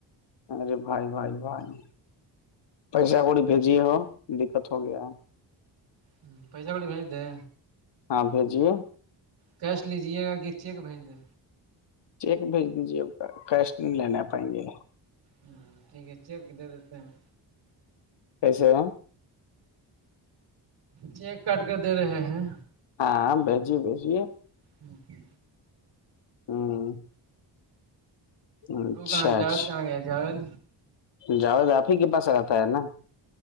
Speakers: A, on the left (about 70°); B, on the right (about 60°).
A: ارے بھائی بھائی بھائی پیسہ کوڑی بھیجیے ہو دقت ہو گیا ہے
B: ہ پیسا گی بھیے
A: ہاں بھیجیے
B: کیش لیجیے گا کہ چیک بھیہج دے
A: چیک بھیج دیجیے آ کا کیش نہیں لنے پائیں گے
B: ہ ٹھیک ہے چیک دے دیتے ہیں
A: کیسے
B: چیک کاٹ کر دے رہے ہیں
A: ہاں بیجیے بھیجیے
B: اوکے
A: <unintelligible> اچھا
B: ت کہاں چارت
A: اچھا
B: کہاں گیا چارت
A: جاوید آپ ہی کے پاس رہتا ہے نا